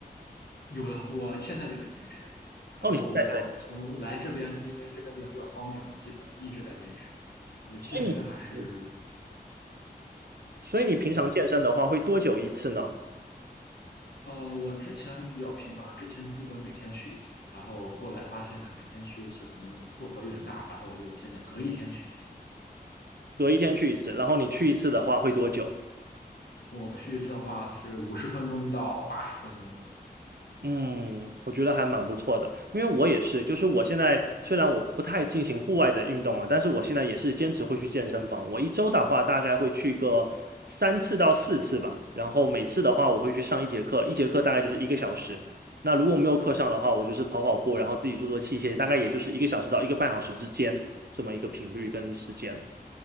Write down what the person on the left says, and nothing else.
有的，我现在就在坚持，然后我从来这边，
因为这边也比较方便，我基本一直在坚持。呃，健身还是，
嗯，呃，我之前比较频繁，之前基本每天去一次，然后后来发现每天去一次可能负荷有点大，然后我就现在隔一天去一次。
我去一次的话是五十分钟到八十分钟，